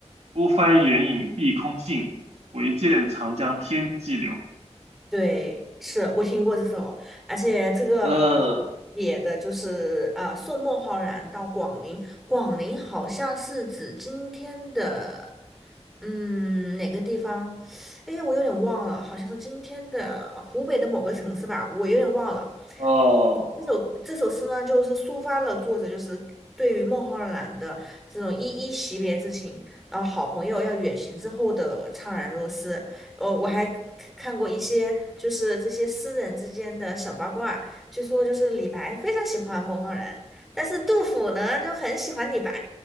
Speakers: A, on the right; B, in the centre.
A: 孤帆远影碧空尽，唯见长江天际流。
B: 对，是我听过这首，而且这个
A: 嗯，
B: 写的就是啊、送孟浩然到广陵，广陵好像是指今天的，嗯，哪个地方？哎，我有点忘了，好像是今天的湖北的某个城市吧，我有点忘了。
A: 哦。
B: 这首这首诗呢，就是抒发了作者就是对于孟浩然的这种依依惜别之情，然后好朋友要远行之后的怅然若失。哦，我还看看过一些就是这些诗人之间的小八卦，据说就是李白非常喜欢孟浩然，但是杜甫呢就很喜欢李白，